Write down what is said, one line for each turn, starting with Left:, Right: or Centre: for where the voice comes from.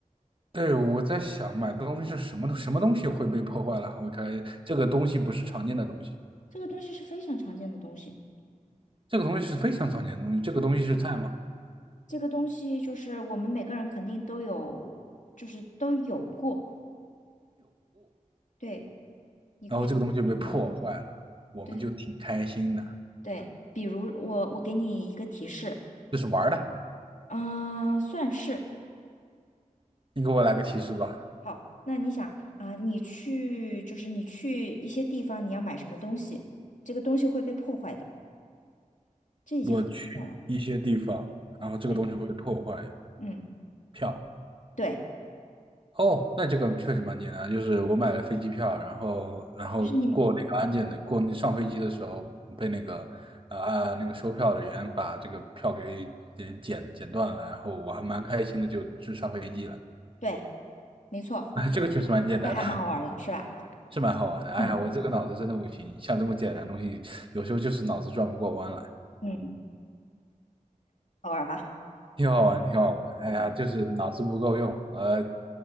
Right: 对，我在想买的东西是什么？什么东西会被破坏了？会开这个东西不是常见的东西，
Left: 这个东西是非常常见的东西，
Right: 这个东西是非常常见的东西。这个东西是菜吗？
Left: 这个东西就是我们每个人肯定都有，就是都有过。对，你可以试着放下。
Right: 然后这个东西被破坏了，我们就挺开心的。
Left: 对对，比如我我给你一个提示，
Right: 就是玩儿的。
Left: 嗯、算是。
Right: 你给我来个提示吧。
Left: 好，那你想啊，你去就是你去一些地方，你要买什么东西，这个东西会被破坏的，这已经很明显了。
Right: 我去一些地方，然后这个东西会破坏
Left: 对，嗯，
Right: 票。
Left: 对，
Right: 哦，那这个确实蛮简单，就是我买了飞机票，然后然后过那个安检的，
Left: 就是你，
Right: 过那上飞机的时候被那个呃啊那个收票的人把这个票给给剪剪断了，然后我还蛮开心的，就就上飞机了。
Left: 对，没错，
Right: <laughs> 这个确实蛮简单的，
Left: 这还蛮好玩儿的，是吧？
Right: 是蛮好玩的。哎呀，
Left: 嗯
Right: 我这个脑子真的不行，像这么简单的东西，有时候就是脑子转不过弯来。
Left: 嗯，好玩儿吧？
Right: 挺好玩，挺好玩。哎呀，
Left: 好的，
Right: 就是脑子不够用。呃，